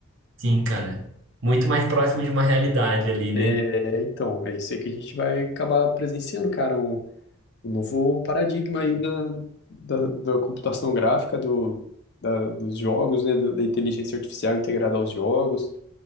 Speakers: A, on the right; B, on the left.
A: sim, cara. Muito mais próximo de uma realidade ali,
B: É,
A: né?
B: então, é isso aí que a gente vai acabar presenciando, cara, um, um novo paradigma aí da, da, da computação gráfica, do, da- dos jogos, né, da da inteligência artificial integrada aos jogos.